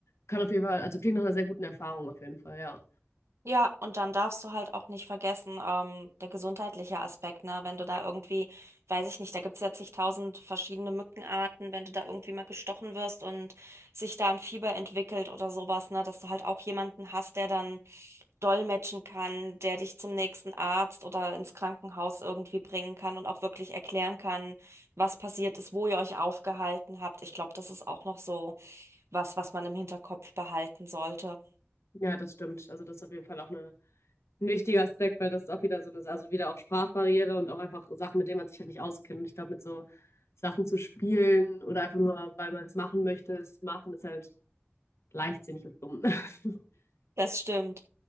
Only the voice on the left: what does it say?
kann auf jeden Fall, also klingt nach einer sehr guten Erfahrung auf jeden Fall, ja.
Ja, das stimmt. Also das ist auf jeden Fall auch eine, ein wichtiger Aspekt, weil das ist auch wieder so eine, also wieder auch Sprachbarriere und auch einfach Sachen, mit denen man sich halt nicht auskennt. Und ich glaube, mit so Sachen zu spielen oder einfach nur, weil man es machen möchte, es machen, ist halt leichtsinnig und dumm. <laughs>